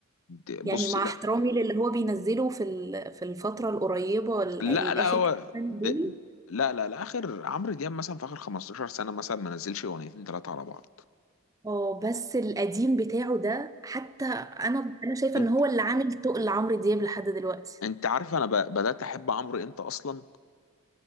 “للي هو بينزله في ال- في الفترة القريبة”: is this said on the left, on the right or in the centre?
Right